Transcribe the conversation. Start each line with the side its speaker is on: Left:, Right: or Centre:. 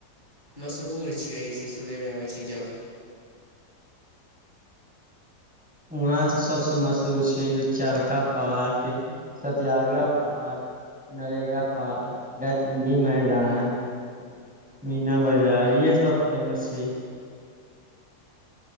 Left: मशहूर छियै सेे सुनयमे आबै छै जँ
Centre: वहाँ तै सबसे मशहूर छै Charkha park, Satyagraha park, NREGA park, Gandhi Maidan. Meena बाजार इहे सब फेमस छै।